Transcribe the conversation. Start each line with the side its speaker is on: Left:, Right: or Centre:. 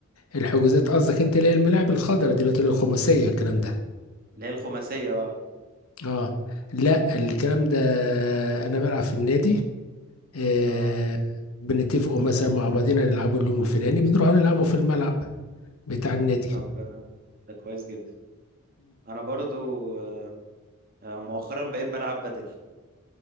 Left: الحجوزات قصدك انت اللي هي الملاعب الخضراء دلوقتي اللي هي الخماسية الكلام ده
Right: اللي هي الخماسيه اه
Left: اه لا الكلام ده انا بلعب في النادي آه
Right: اه
Left: بنتفقوا مثلا مع بعضنا نلعبوا اليوم الفلاني بنروحوا نلعبوا في الملعب بتاع النادي
Right: طب آه، ده كويس جدا انا برضو آه آه، مؤخرا بقيت بلعب بدل